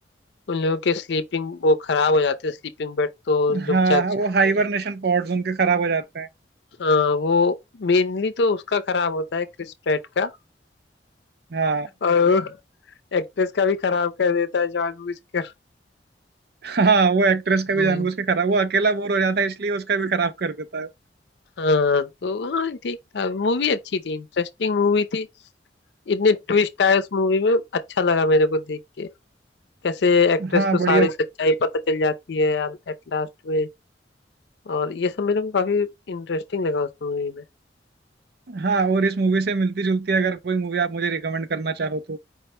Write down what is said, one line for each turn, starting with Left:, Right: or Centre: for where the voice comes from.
Left: उन लोगों के स्लीपिंग वो खराब हो जाते हैं स्लीपिंग बेड तो उन लोग
Right: हाँ
Left: जग
Right: वो
Left: जाते
Right: हाइबरनेशन
Left: हैं
Right: पॉड्स उनके खराब हो जाते हैं
Left: हाँ वो मेनली तो उसका खराब होता है क्रिस प्रेट का
Right: हाँ
Left: और एक्ट्रेस का भी खराब कर देता है जानबूझकर
Right: हाँ वो एक्ट्रेस का भी
Left: हम्म,
Right: जानबूझ के खराब वो अकेला बोर हो जाता है इसलिए उसका भी खराब कर देता है
Left: हाँ तो हाँ ठीक था मूवी अच्छी थी इंटरेस्टिंग मूवी थी इतने ट्विस्ट आए उस मूवी में अच्छा लगा मेरे को देख के कैसे एक्ट्रेस
Right: हाँ
Left: को सारी
Right: बढ़िया
Left: सच्चाई पता चल जाती है एट लास्ट में और ये सब मेरे को काफी इंटरेस्टिंग लगा उस मूवी में
Right: हाँ और इस मूवी से मिलती जुलती अगर कोई मूवी आप मुझे रिकमेंड करना चाहो तो